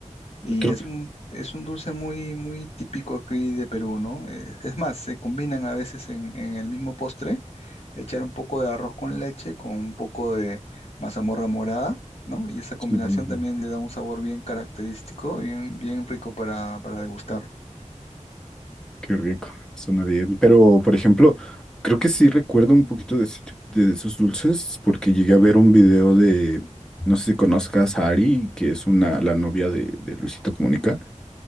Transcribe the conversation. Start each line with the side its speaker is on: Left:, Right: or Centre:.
Left: Y
Centre: Creo
Left: es
Centre: que
Left: un, es un dulce muy, muy típico aquí de Perú, ¿no? Eh, es más, se combinan a veces en, en el mismo postre, echar un poco de arroz con leche con un poco de mazamorra morada, ¿no? Y esa combinación
Centre: sí, sí, sí.
Left: también le da un sabor bien característico, bien, bien rico para, para degustar.
Centre: Qué rico, suena bien. Pero, por ejemplo, creo que sí recuerdo un poquito de, ese tip- de esos dulces porque llegué a ver un video de, no sé si conozcas a Ari, que es una, la novia de, de Luisito Comunica,